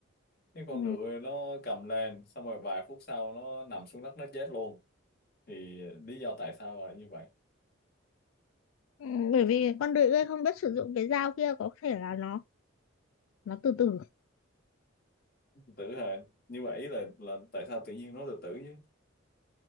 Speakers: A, on the left; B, on the left.
A: Cái con
B: Ừ.
A: ngựa nó cầm lên xong rồi vài phút sau nó nằm xuống đất nó chết luôn thì lý do tại sao là như vậy
B: Ừ. Bởi vì con đười ươi không biết sử dụng cái dao kia có thể là nó nó từ từ
A: tử hả nhưng mà ý là là tại sao tự nhiên nó tự tử chứ